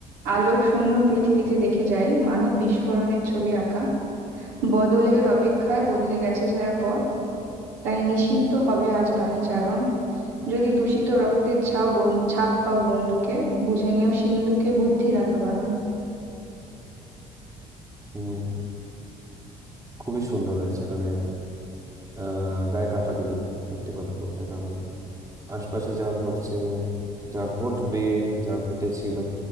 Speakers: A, on the right; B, on the right.
A: আলোক শূন্য পৃথিবীতে দেখে যাই মানব বিস্ফোরণের ছবি আঁকা বদলের অপেক্ষায় বদলে গেছে ছায়াপথ তাই নিষিদ্ধ হবে আজ বাণী চারণ যদি দূষিত রক্তের ছাপ বন- ছাপ পাও বন্দুকে বুঝে নিও সিন্ধুকে বুদ্ধি রাখা বারণ
B: হুম খুবই সুন্দর হয়েছে মানে আহ গায়ে কাটা দিল সত্যি কথা বলতে কারণ আশপাশে যা ঘটছে যা ঘটবে যা ঘটেছিল